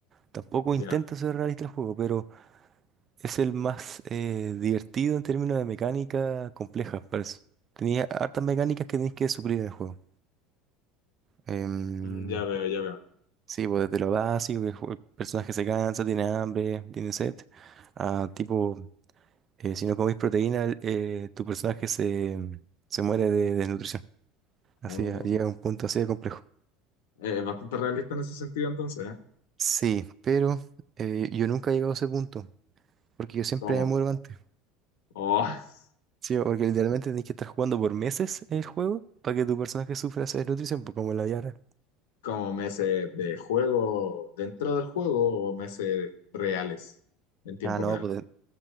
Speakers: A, on the right (about 40°); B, on the left (about 80°).
A: Tampoco
B: Ya,
A: intenta ser realista el juego, pero. Es el más eh, divertido en términos de mecánica compleja, parece. Tenía hartas mecánicas que tenéis que suplir en el juego. Em,
B: Mm, ya veo, ya veo.
A: sí, pues desde lo básico, que el jue- el personaje se cansa, tiene hambre, tiene sed, a tipo, eh, si no coméis proteína, el- eh, tu personaje se, em, se muere de desnutrición. Así,
B: Oh,
A: eh, llega a un punto así de complejo.
B: eh, es bastante realista en ese sentido entonces, ¿eh?
A: Sí, pero eh, yo nunca he llegado a ese punto, porque yo siempre
B: ¿Cómo?
A: me muero antes.
B: Oh, <laughs>
A: Sí, porque literalmente tenés que estar jugando por meses el juego para que tu personaje sufra esa desnutrición, pues como en la vida real.
B: como meses de juego dentro del juego o meses reales, en tiempo
A: Ah, no,
B: real.
A: pues de-